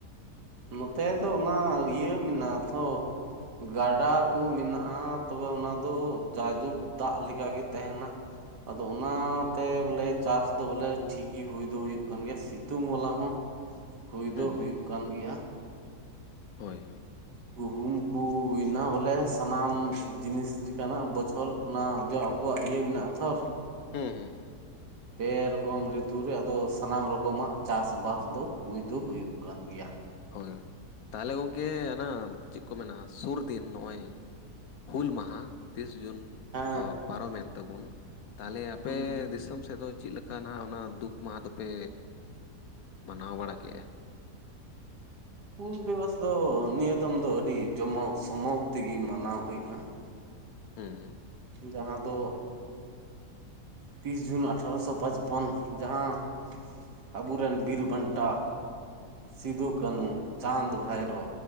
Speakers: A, on the right; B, on the left.
A: ᱱᱚᱛᱮ ᱫᱚ ᱚᱱᱟ ᱤᱭᱟᱹ ᱢᱮᱱᱟᱜᱼᱟ ᱛᱷᱚ᱾ ᱜᱟᱰᱟ ᱠᱚ ᱢᱮᱱᱟᱜᱼᱟ, ᱛᱚᱵᱮ ᱚᱱᱟ ᱫᱚ ᱡᱟᱭᱡᱩᱜᱽ ᱫᱟᱜ ᱞᱮᱠᱟ ᱜᱮ ᱛᱟᱦᱮᱱᱟ᱾ ᱟᱫᱚ ᱚᱱᱟᱛᱮ ᱵᱚᱞᱮ ᱪᱟᱥ ᱫᱚ ᱵᱚᱞᱮ ᱴᱷᱤᱠ ᱜᱤ ᱦᱩᱭ ᱫᱚ ᱦᱩᱭᱩᱜ ᱠᱟᱱ ᱜᱮᱭᱟ ᱥᱤᱛᱩᱝ ᱵᱟᱞᱟ ᱦᱚᱸ᱾ ᱦᱩᱭ
B: ᱦᱩᱸ
A: ᱫᱚ ᱦᱩᱭᱩᱜ ᱠᱟᱱ ᱜᱮᱭᱟ᱾
B: ᱦᱳᱭ ᱦᱳᱭ᱾
A: ᱜᱩᱦᱩᱢ ᱠᱚ᱾ ᱦᱩᱭ ᱮᱱᱟ ᱵᱚᱞᱮ ᱥᱟᱱᱟᱢ ᱡᱤᱱᱤᱥ ᱞᱮᱠᱟᱱᱟᱜ ᱵᱚᱪᱷᱚᱨ ᱚᱱᱟ ᱡᱚ ᱟᱵᱚᱣᱟᱜ ᱤᱭᱟᱹ ᱢᱮᱱᱟᱜᱼᱟ ᱛᱷᱚᱨ᱾
B: ᱦᱮᱸ ᱦᱮᱸ ᱦᱮᱸ᱾
A: ᱯᱮ ᱨᱚᱠᱚᱢ ᱨᱤᱛᱩ ᱨᱮ ᱟᱫᱚ ᱥᱟᱱᱟᱢ ᱨᱚᱠᱚᱢᱟᱜ ᱪᱟᱥᱵᱟᱥ ᱫᱚ ᱦᱩᱭ ᱫᱚ ᱦᱩᱭᱩᱜ ᱠᱟᱱ ᱜᱮᱭᱟ᱾
B: ᱦᱳᱭ, ᱛᱟᱦᱚᱞᱮ ᱜᱚᱢᱠᱮ ᱦᱟᱱᱟ ᱪᱮᱫ ᱠᱚ ᱢᱮᱱᱟ ᱥᱩᱨ ᱫᱤᱱ ᱱᱚᱜᱼᱚᱭ- ᱦᱩᱞ ᱢᱟᱦᱟ ᱛᱤᱥ ᱡᱩᱱ
A: ᱦᱮᱸ
B: ᱚᱻ ᱯᱟᱨᱚᱢᱮᱱ ᱛᱟᱵᱚᱱ ᱛᱟᱦᱞᱮ ᱟᱯᱮ
A: ᱦᱩᱸ
B: ᱫᱤᱥᱚᱢ ᱥᱮᱫ ᱫᱚ ᱪᱮᱫ ᱞᱮᱠᱟ ᱱᱷᱟᱜ ᱚᱱᱟ ᱫᱩᱠ ᱢᱟᱦᱟᱸ ᱫᱚᱯᱮ ᱢᱟᱱᱟᱣ ᱵᱟᱲᱟ ᱠᱮᱜᱼᱟ?
A: ᱦᱩᱞ ᱫᱤᱵᱚᱥ ᱫᱚ ᱱᱤᱭᱟᱹ ᱫᱚᱢ ᱫᱚ ᱟᱹᱰᱤ ᱡᱚᱢᱚᱠ ᱥᱚᱢᱚᱠ ᱛᱮᱜᱮ ᱢᱟᱱᱟᱣ ᱦᱩᱭᱱᱟ᱾
B: ᱦᱮᱸ ᱦᱮᱸ᱾
A: ᱡᱟᱦᱟᱸ ᱫᱚ ᱛᱤᱨᱤᱥ ᱡᱩᱱ ᱟᱴᱷᱨᱚᱥᱚ ᱯᱟᱸᱪᱯᱚᱱ ᱡᱟᱦᱟᱸ ᱟᱵᱚᱨᱮᱱ ᱵᱤᱨ ᱵᱟᱱᱴᱟ ᱥᱤᱫᱩᱼᱠᱟᱹᱱᱦᱩ, ᱪᱟᱸᱫᱽᱼᱵᱷᱟᱭᱨᱳ᱾